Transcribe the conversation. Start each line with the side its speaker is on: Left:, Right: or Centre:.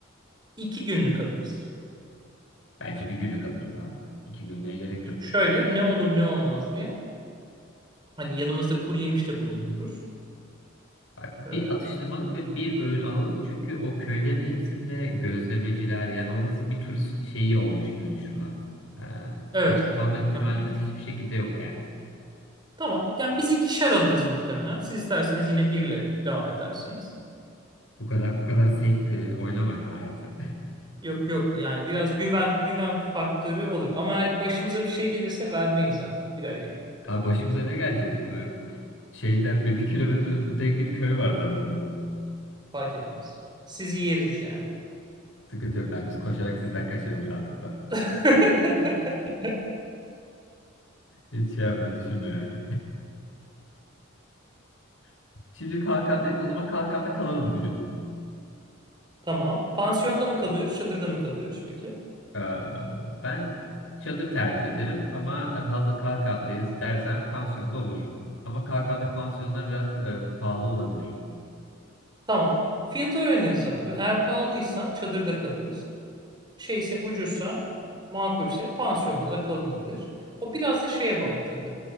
Right: iki günlük alırız.
Left: Bence bir günlük alırız abi. İki günlüğe gerek
Right: Şimdi
Left: yok.
Right: şöyle ne olur ne olmaz diye. Hani yanımızda kuru yemiş de bulundururuz.
Left: Yani
Right: Ee,
Left: Bir atıştırmalık ve bir öğün alalım. Çünkü o köylerin hepsinde gözlemeciler yani orası bir turist şeyi olmuş gibi düşün abi. Ee,
Right: evet.
Left: aç kalma ihtimalimiz
Right: Aha.
Left: hiçbir şekilde yok yani.
Right: Tamam. Yani biz ikişer alırız muhtemelen. Siz isterseniz yine birle devam edersiniz.
Left: Bu kadar bu kadar safe e, oynama ya hayatı.
Right: Yok yok yani biraz güven güven faktörü olur. Ama eğer başımıza bir şey gelirse vermeyiz abi. Birer yemeği.
Left: <laughs> Abi başımıza ne gelecek? Ee, şeyden bir, bir kilometre tek bir köy var zaten orada.
Right: Fark etmez. Sizi yeriz yani.
Left: Sıkıntı yok abi. Biz koşarak sizden kaçarız rahatlıkla.
Right: <laughs>
Left: Hiç şey yapma düşünme yani. <laughs> Şimdi kalkandayız. O zaman kalkanda kalalım bir gün.
Right: Tamam. Pansiyonda mı kalıyoruz, çadırda mı kalıyoruz peki?
Left: Ee, ben çadır tercih ederim ama e, hazır kalkandayız dersen pansiyonda olur. Ama kalkan'daki pansiyonlar biraz e, pahalı olabilir.
Right: Tamam. Fiyatı öğreniriz abi. Eğer pahalıysa çadırda kalıyoruz. şeyse ucuzsa, makulse pansiyonda da kalınabilir. O biraz da şeye bağlı tabii.